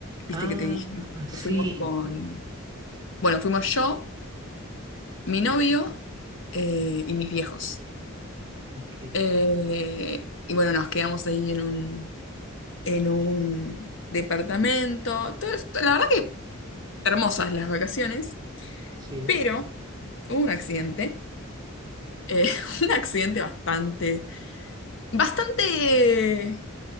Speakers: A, on the left; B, on the right.
A: Viste
B: Ah,
A: que te dije
B: sí.
A: que fuimos con, bueno, fuimos yo, mi novio eh, y mis viejos.
B: Ok,
A: Eh, y bueno, nos quedamos ahí en un, en un departamento. Todo esto- la verdad que hermosas las vacaciones.
B: sí.
A: Pero hubo un accidente, eh, <laughs> un accidente bastante, bastante,